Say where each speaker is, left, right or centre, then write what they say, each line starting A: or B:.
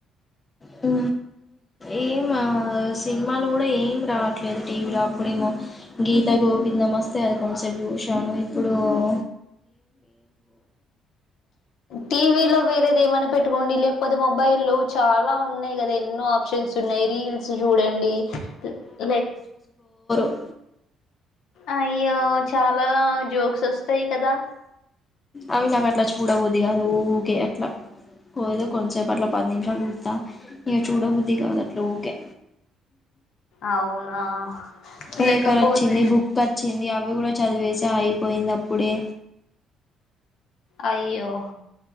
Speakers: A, on the left; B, on the left.
A: హు ఏం ఆ సినిమాలు కూడా ఏం రావట్లేదు టీవీలో అప్పుడేమో గీత త గోవిందం వస్తే అది కొంచసేప్ చూశాను ఇప్పుడు ఒ
B: టీవీ లో వేరేదేమన్న పెట్టుకోండి లే పది మొబైల్ లో చాలా ఉన్నాయి కదా ఎన్నో ఆప్షన్స్ తున్నాయ్ రీల్స్ చూడండి లైక్
A: ఉ
B: అయ్యో చాలా జోక్స్ వస్తాయి కదా
A: అవి నాకట్లా చూడబుద్ధి కాదు ఊకే అట్లా ఎదో కొంతసేపు అట్లా పది నిమిషాలు సుత్త ఇగ చూడబుద్ధి కాదు అట్ల ఊకే
B: అవునా
A: పేపర్
B: లేకపోతే
A: అచ్చింది బుక్ అచ్చింది అవ్ అవి కూడా చదివేసా అయిపోయింది అప్పుడే
B: అయ్యో